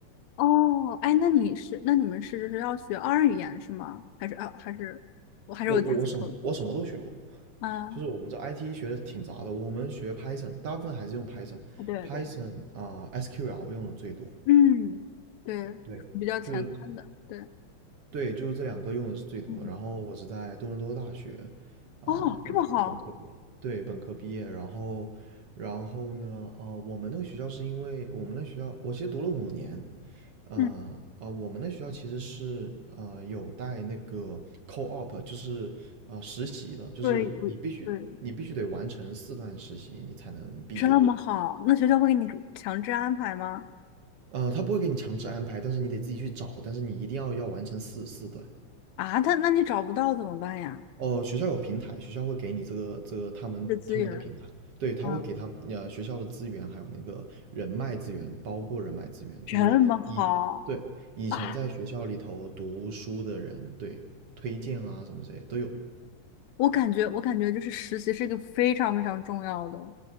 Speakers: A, on the left (about 70°); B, on the right (about 50°).
A: 哦，哎，那你是，那你们是就是要学二语言是吗？还是啊，还是我还是我记错了
B: 我我我什么我什么都学过，
A: 啊？
B: 就是我们这 IT 学的挺杂的。我们学 Python，大部分还是用 Python，Python
A: 对对对
B: 啊、SQL 用的最多。
A: 嗯，对，
B: 对，
A: 比较前端的，
B: 就是
A: 对，
B: 对，就是这两个用的是最多的。
A: 嗯，
B: 然后我是在多伦多大学啊、
A: 哦，
B: 本本科毕业。
A: 这么好，
B: 对，本科毕业，然后，然后呢？啊、我们那个学校是因为我们那学校，我其实读了五年，呃，
A: 嗯，
B: 啊、我们那学校其实是呃有带那个 co-op，就是呃实习的，就是你必须你必须得完成四段实习，
A: 对对，
B: 你才能毕业。
A: 这么好，那学校会给你主强制安排吗？
B: 呃，他不会给你强制安排，但是你得自己去找，但是你一定要要完成四四段。
A: 啊，他那你找不到怎么办呀？
B: 哦，学校有平台，学校会给你这个这个他们他们的平台，
A: 这资源
B: 对，
A: 啊，
B: 他会给他呃学校的资源，还有那个人脉资源，包括人脉资源，
A: 这么好。
B: 就是以对以前在学校里头读书的人，
A: 啊！
B: 对推荐啊什么这些都有。
A: 我感觉，我感觉就是实习是一个非常非常重要的，